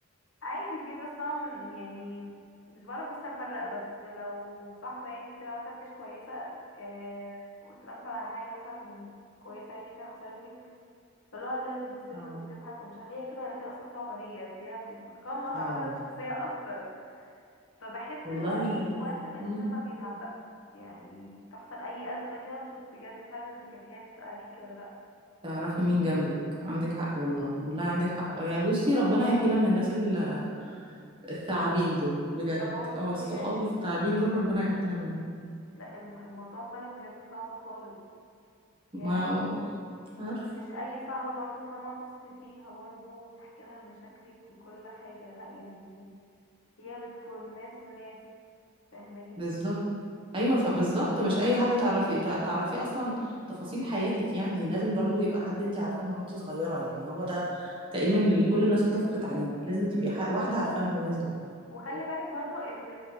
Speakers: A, on the left; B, on the right.
A: عادي في ناس فاهم من يعني مش بعرف بس افرق بس لو صاحبة يعني وكده مثلا مش كويسة آه قلت لها مثلا على حاجة مثلا كويسة يعني كده حصلت لك فاللي هو هتلاقيها بتبصلك
B: اه
A: وبتضحك ومش عارفة هي كده ولا كده اصلا صعبة نية فهي بتتقمص
B: اه
A: عامة الشخصية اكتر فبحس
B: والله
A: اللي هو ايه وقت
B: آه،
A: ما الانسان
B: مم.
A: ما بيتعب بقى يعني تحصل اي ازمة كده تشوف بجد فعلا اذا كانت هي تتقل عليك ولا لا
B: تعرفي مين جنبك عندك حق والله والله عندك
A: بالظبط
B: حق يعني بصي ربنا يعافينا من الناس ال- الثعابين دول بجد
A: اه والله
B: او الصحاب
A: يعني
B: الثعابين دول ربنا يعافينا منهم
A: لا الم- الموضوع فعلا بجد صعب خالص يعني
B: ما عارف
A: ومش اي صاحبة برضو فاهمة تثقي فيها برضو تحكي لها مشاكلك وكل حاجة لا يعني هي بتكون ناس وناس فاهماني
B: بالظبط ايوه فبالظبط مش اي حد تعرفي تع- تعرفيه اصلا تفاصيل حياتك يعني لازم برضو يبقى حد انت عارفاه من وانت صغيره يعني هو ده تقريبا اللي كل الناس اتفقت عليه لازم تبقي ح- واحده عارفاه من وهي صغيره
A: وخلي بالك برضو ان